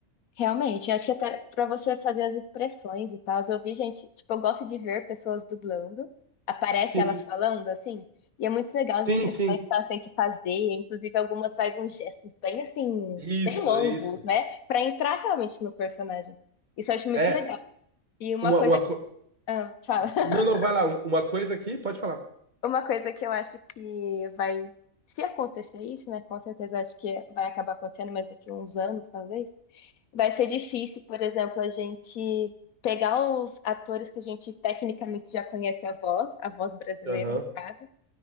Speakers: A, on the left; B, on the right.
A: Realmente, acho que até para você fazer as expressões e tal, eu vi gente, tipo, eu gosto de ver pessoas dublando, aparece
B: Sim,
A: elas falando assim, e é muito legal as
B: sim,
A: expressões
B: sim.
A: que elas têm que fazer, inclusive algumas fazem uns gestos bem assim,
B: Isso,
A: bem longos,
B: é isso.
A: né, para entrar realmente no personagem. Isso eu acho muito
B: É,
A: legal. E uma
B: uma,
A: coisa
B: uma
A: que,
B: co...
A: ah, fala. <laughs>
B: Não, não, vai lá, uma coisa aqui, pode falar.
A: Uma coisa que eu acho que vai, se acontecer isso, né, com certeza acho que vai acabar acontecendo, mas daqui a uns anos, talvez Vai ser difícil, por exemplo, a gente pegar os atores que a gente tecnicamente já conhece a voz, a voz brasileira,
B: Aham.
A: no caso,